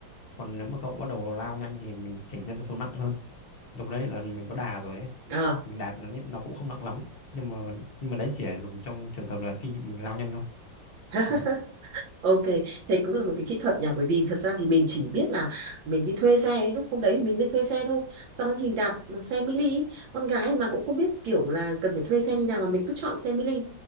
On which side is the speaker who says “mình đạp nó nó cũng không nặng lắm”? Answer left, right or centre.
Left